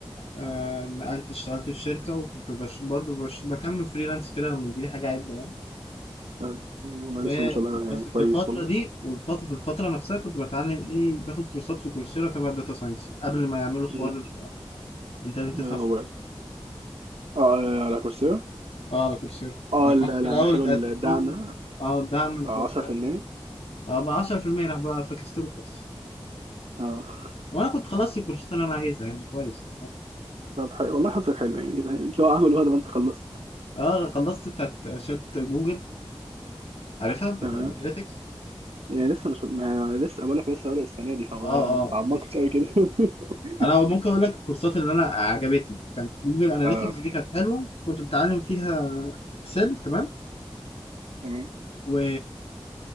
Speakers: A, on the left; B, on the right.
A: آه نقلت اشتغلت في شركة وكنت بش برضه بش بكمل فريلانس كده لما تجيلي حاجة عدة يعني
B: طب والله
A: و-
B: لسه ما شاء الله
A: بس
B: يعني كويس
A: في الفترة
B: والله
A: دي والفترة في الفترة نفسها كنت بتعلم ايه باخد كورسات في كورسيرا تبع الداتا ساينس قبل ما يعملوا حوار
B: م،
A: انت لازم تدفع
B: آه،
A: فلوس
B: هو آه آه، على كورسيرا
A: اه على كورسيرا
B: آه
A: ما كنت
B: ل-
A: في
B: لما
A: الأول
B: شالوا
A: تقدم
B: الدعم
A: لهم
B: ده
A: اه الدعم اللي
B: آه، 10%
A: بتاع ده. اه ب 10% راح بقى فكستله خالص
B: آه <laughs>
A: وانا كنت خلصت الكورسات اللي انا عايزها يعني كويس
B: طب حلو والله حظك حلو يعني <laughs> اللي هو عمله هذا ما أنت خلصت
A: اه خلصت بتاعت شات جوجل عارفها بتاعت
B: تمام
A: الاناليتكس
B: يعني لسه مش ما لسه بقول لك لسه بادئ السنة دي فما
A: اه اه
B: ما اتعمقتش
A: ماشي
B: أوي كده <laughs>
A: انا ممكن اقول لك الكورسات اللي انا عجبتني يعني كانت جوجل اناليتكس
B: آه
A: دي كانت حلوه كنت بتعلم فيها اكسل تمام
B: تمام
A: و